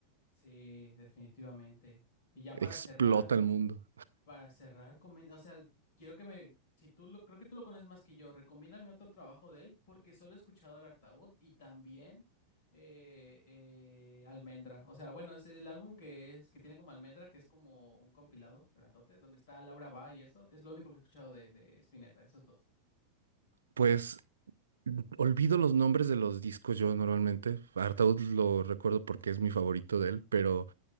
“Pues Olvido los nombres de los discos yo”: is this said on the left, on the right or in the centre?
Right